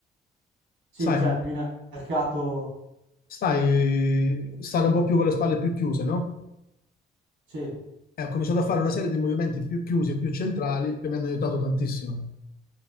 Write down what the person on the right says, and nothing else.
Sì,
c'è più in mercato,
sì.